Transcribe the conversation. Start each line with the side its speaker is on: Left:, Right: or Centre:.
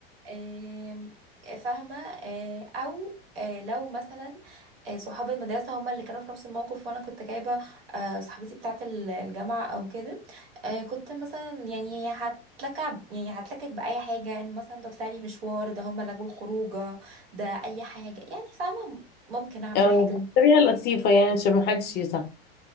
Right: آم، فاهمة آه، أو آه، لو مثلا آه، صحاب المدرسة هما اللي كانوا في نفس الموقف وأنا كنت جايبة آه، صاحبتي بتاعة ال- الجامعة أو كده آه، كنت مثلا يعني هي هتلكع يعني هتلكك بأي حاجة يعني مثلا ده طلع لي مشوار ده هما لغوا الخروجة ده أي حاجة يعني فاهمة ممكن أعمل
Left: اه
Right: حاجة
Left: بطريقه لطيفه يعني عشان ما حدش يزعل